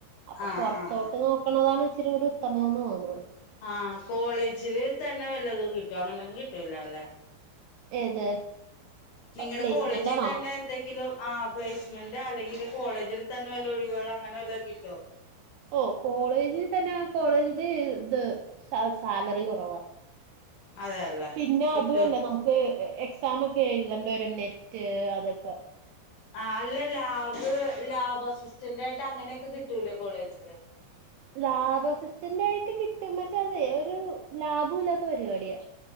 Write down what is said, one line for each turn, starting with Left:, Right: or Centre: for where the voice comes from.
Right: അപ്പ
Left: ആഹ്
Right: പൊറത്തോട്ട്
Left: ആഹ് ആഹ്
Right: നോക്കണതാണ് ഇച്ചരി കൂടി ഉത്തമംന്ന് തോന്നുണു
Left: ആഹ് കോളേജില് തന്നെ വല്ലതും കിട്ടും അങ്ങനൊന്നും കിട്ടൂല്ല ല്ലേ
Right: ഏത്
Left: നിങ്ങടെ
Right: പ്ലേസ്മെന്റ്
Left: കോളേജി
Right: ആണോ
Left: തന്നെ എന്തെങ്കിലും ആഹ് പ്ലേസ്മെന്റ അല്ലെങ്കില് കോളേജിൽ തന്നെ വല്ല ഒഴിവുകൾ അങ്ങനെ വല്ലതും കിട്ടുമോ
Right: ഓഹ് കോളേജിൽ തന്നെ കോളേജില് ഇത് സാലറി കുറവാ
Left: അതെല്ലേ
Right: പിന്നെ
Left: കിട്ടോ
Right: അതുല്ല നമക്ക് എക്സാമക്കെ എഴുതേണ്ടിവരും നെറ്റ് അതൊക്കെ
Left: ആഹ് അല്ല ലാബ് ലാബ് അസിസ്റ്റന്റ ആയിട്ട് അങ്ങനെയൊക്കെ കിട്ടൂലേ കോളേജില്
Right: ലാ ബ് അസിസ്റ്റന്റ് ആയിട്ട് കിട്ടും പക്ഷെ അതെ ഒരു ലാഭ ഇല്ലാത്ത പരിപാടിയാ